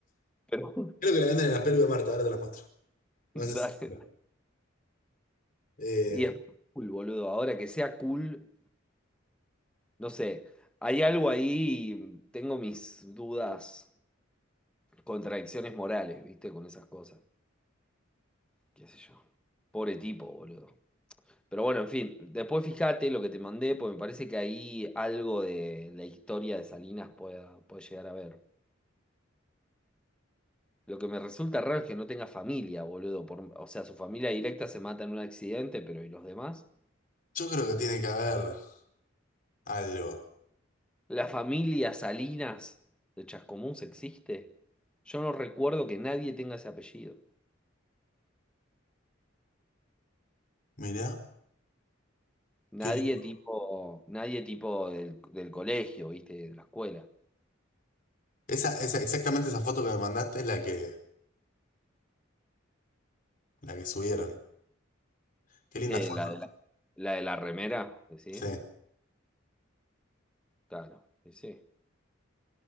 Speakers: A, in the centre; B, on the left.
A: Pero
B: Creo que la venden en la pelu de Marta, ahora te las muestro. No
A: <laughs>
B: sé si.
A: dale.
B: no. Eh,
A: Y es cool, boludo. Ahora que sea cool, no sé. Hay algo ahí, tengo mis dudas, contradicciones morales, ¿viste? Con esas cosas. ¿Qué sé yo? Pobre tipo, boludo. Pero bueno, en fin. Después fíjate lo que te mandé, porque me parece que ahí algo de la historia de Salinas pueda, puede llegar a ver. Lo que me resulta raro es que no tenga familia, boludo. Por- o sea, su familia directa se mata en un accidente, pero ¿y los demás?
B: yo creo que tiene que haber algo.
A: ¿La familia Salinas de Chascomús existe? Yo no recuerdo que nadie tenga ese apellido.
B: Mirá,
A: Nadie
B: qué lindo.
A: tipo, nadie tipo del, del colegio, ¿viste? De la escuela.
B: Esa, esa, exactamente esa foto que me mandaste es la que, la que subieron. Qué linda
A: Eh,
B: foto.
A: la de la, la de la remera, decís.
B: Sí,
A: Claro, y sí,